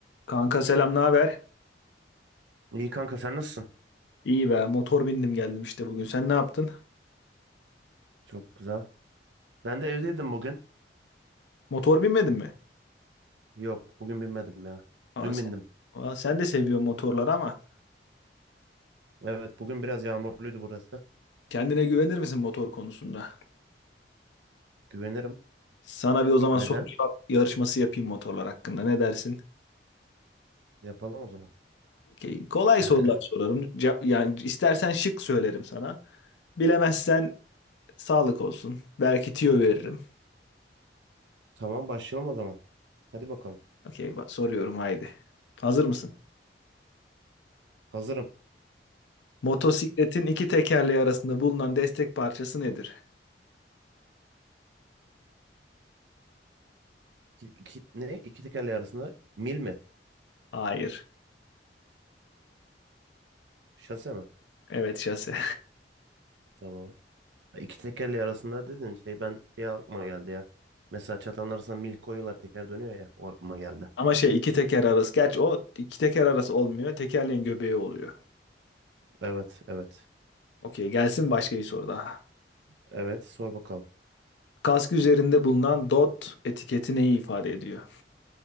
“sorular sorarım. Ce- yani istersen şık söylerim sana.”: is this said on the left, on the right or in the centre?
Left